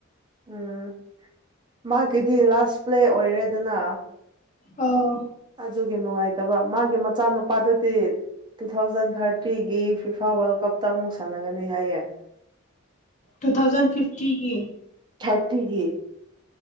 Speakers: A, on the right; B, on the left.
A: ꯎꯝ ꯃꯥꯒꯤꯗꯤ ꯂꯥꯁ ꯄ꯭ꯂꯦ ꯑꯣꯏꯔꯦꯗꯅ
B: ꯑꯥꯎ
A: ꯑꯗꯨꯒꯤ ꯅꯨꯡꯉꯥꯏꯇꯕ ꯃꯥꯒꯤ ꯃꯆꯥꯅꯨꯄꯥꯗꯨꯗꯤ ꯇꯨ ꯊꯥꯎꯖꯟ ꯊꯥꯔꯇꯤꯒꯤ ꯐ꯭ꯔꯤꯐꯥ ꯋꯥꯔꯜ ꯀꯞꯇ ꯑꯃꯨꯛ ꯁꯥꯟꯅꯒꯅꯤ ꯍꯥꯏꯌꯦꯏ
B: ꯇꯨ ꯊꯥꯎꯖꯟ ꯐꯤꯐꯇꯤꯒꯤ
A: ꯊꯥꯔꯇꯤꯒꯤ